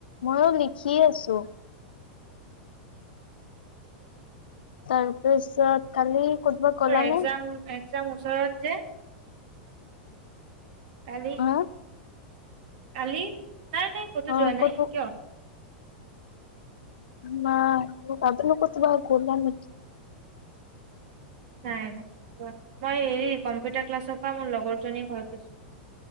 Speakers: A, on the left; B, on the right.
A: মইয়ো লিখি আছো। তাৰপিছত কালি ক'তবা গলানে
B: এক্সম এক্সাম ওচৰত যে কালি
A: হা
B: কালি নাই নাই কতো
A: অ
B: যোৱা নাই
A: ক'তো
B: কিয়?
A: মাৰ তাদ কতনো বাৰ ঘলাম নেকি
B: নাই নাই মই হেৰি কম্পিউটাৰ ক্লাছৰ পৰা মোৰ লগৰ জনী ঘৰত গৈছিলো।